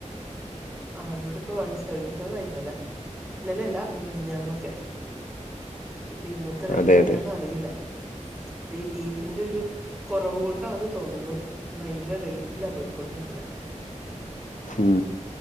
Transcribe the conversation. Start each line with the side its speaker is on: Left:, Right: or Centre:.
Centre: ആ ഇവിടെ ഇപ്പോ വൺ സെവൻറി ഫൈവ് ആയിഇ ന്നലെ ഇന്നലെയല്ല മിനിഞ്ഞാന്നൊക്കെ ഇപ്പം ഇന്നത്തെ റേറ്റ്
Left: അതെ
Centre: എന്നാന്നറിയില്ല
Left: അതെ
Centre: ഇപ്പെയ്, ഈ ബീഫിന്റെ ഒരു കൊറവു കൊണ്ടാന്ന് തോന്ന്ണു. ഇപ്പം ഭയങ്കര റേറ്റിലാ പോയിക്കൊണ്ടിരിക്കണേ.
Left: ഉം